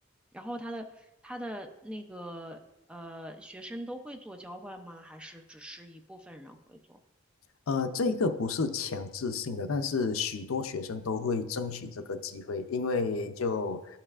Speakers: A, in the centre; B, on the left (about 80°).
A: 然后他的他的那个呃，学生都会做交换吗？还是只是一部分人会做？
B: 呃，这个不是强制性的，但是许多学生都会争取这个机会，因为就